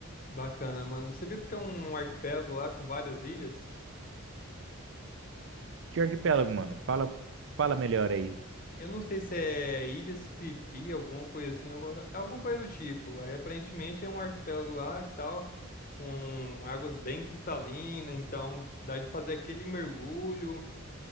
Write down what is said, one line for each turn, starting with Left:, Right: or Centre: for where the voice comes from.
Left: Bacana, mano. Você viu que tem um arquipélago lá com várias ilhas?
Right: Que arquipélago, mano? Fala, fala melhor aí.
Left: Eu não sei se é Ilhas Fifi, alguma coisa assim, algu- é alguma coisa do tipo. Aí aparentemente é um arquipélago lá e tal, com águas bem cristalinas, então dá de fazer aquele mergulho.